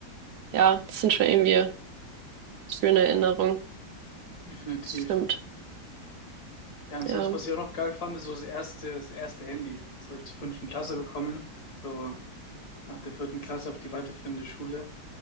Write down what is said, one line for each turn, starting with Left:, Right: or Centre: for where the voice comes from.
Right: Ja, das sind schon irgendwie schöne Erinnerungen.
Left: Definitiv.
Right: Stimmt.
Left: Ja, ansonsten,
Right: Ja.
Left: was ich auch noch geil fand, ist so das erste, das erste Handy. Das habe ich zur fünften Klasse bekommen. So nach der vierten Klasse auf die weiterführende Schule.